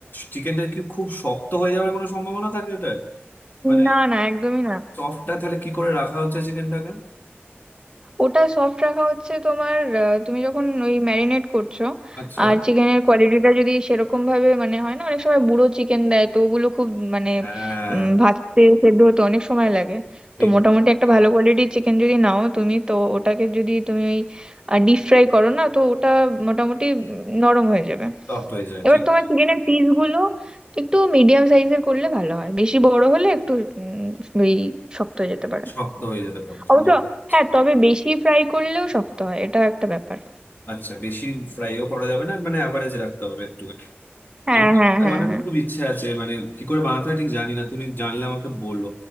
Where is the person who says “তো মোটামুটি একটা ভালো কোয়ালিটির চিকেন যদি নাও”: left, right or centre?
Right